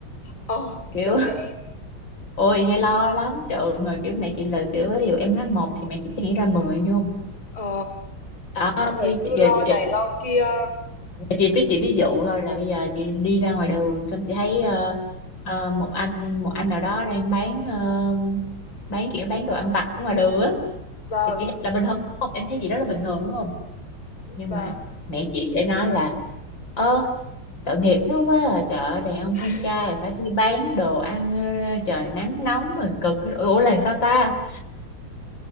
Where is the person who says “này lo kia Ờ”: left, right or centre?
Left